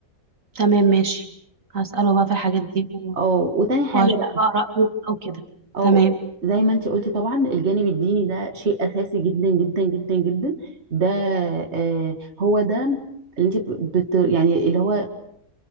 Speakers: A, on the right (about 70°); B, on the right (about 55°).
A: تمام ماشي هسأله بقى في الحاجات دي و-
B: اه وتاني حاجه
A: وهشوف
B: بقى
A: بقى رأيه أو كده
B: او
A: تمام
B: زي ما انت قلتي طبعا الجانب الديني ده شيء اساسي جدا جدا جدا جدا ده آه هو ده اللي انت بت يعني اللي هو